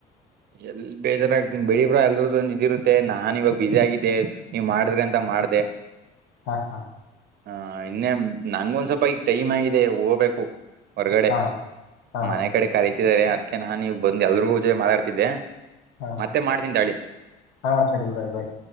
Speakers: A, on the right; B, on the left.
A: ಎಲ್ ಬೇಜಾರಾಗ್ತೀನಿ ಬೆಳಿ ಬ್ರಾ ಎಲ್ರದ ಇದಿರುತ್ತೆ ನಾಾನನ್ ಇವಾಗ ಬಸಿ ಆಗಿದ್ದಿದೆ ನೀವ್ ಮಾಡಿದ್ರೆಂತ ಮಾಡ್ದೆ
B: ಹಾ ಹಾ
A: ಹ ಇನ್ನೆ ನಂಗ ಒಂದ್ ಸ್ವಲ್ಪ ಈಗ ಟೈಮ್ ಆಗಿದೆ ಹೋಗ್ಬೇಕು ಹೊರಗಡೆ
B: ಹಾ ಹಾ
A: ಮನೆ
B: ಹಾ
A: ಕಡೆ ಕರತಿದ್ದಾರೆ ಅದ್ಕ್ಕೆ ನಾನ್ ನೀವು ಬಂದು ಎಲ್ರಿಜೊತೆ ಮಾತಾಡ್ತ
B: ಹಾ
A: ಮತ್ತೆ ಮಾಡ್ತನ್ ತಳಿ
B: ಹಾ ಸರಿ ಗಊರಾಯ್ ಬಾಯ್